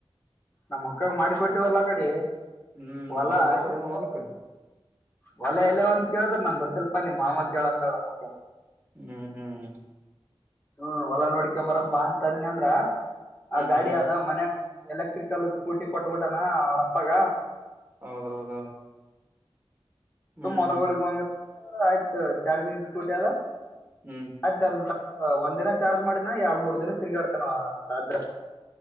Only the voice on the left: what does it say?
ನಮ್ಮ್ ಅಕ್ಕಾಗ ಮಾಡಿ ಕೊೊಟ್ಟಿವವಲ್ಲ ಕಡೆ
ಹೊಲೆ
ಹೊ
ಎ ಹೊಲ ಎಲ್ಲ ಒಂದು ಕೇಳಿದ್ರ ನಂಗ ಬ ಸ್ವಲ್ಪ ನೀ್ ಮಾಮತ್ ಹೇಳ ಅಂತ ಹೇಳ ಮಕ್ಕಳ
ಹ್ಮ ಹೊಲ ನೋಡ್ಿಕಂಬರ ಬಾ ಅಂತಿ ಅಂದ್ರ
ಆ ಗಾಡಿ
ಆದದ ಮನ್ ಎಲೆಕ್ಟ್ರಿಕಲ್ ಸ್ಕೂಟಿ ಕೊಟ್ಬಿಡನಾ ಅವ್ರಪ್ಪಗ
ಸೊ ಮೊಲಗೊಳಗಂಗ ಆಯ್ತು ಚಾರ್ ತಿನ್ ಸ್ಕೂಟಿ ಅದ
ಅತ ಒಂದ್ ದಿನ ಚಾರ್ಜ್ ಮಾಡಿನ ಎರ ಮೂರ್ ದಿನ ತಿರುಗಾಡ್ತಾನ ತಜಾ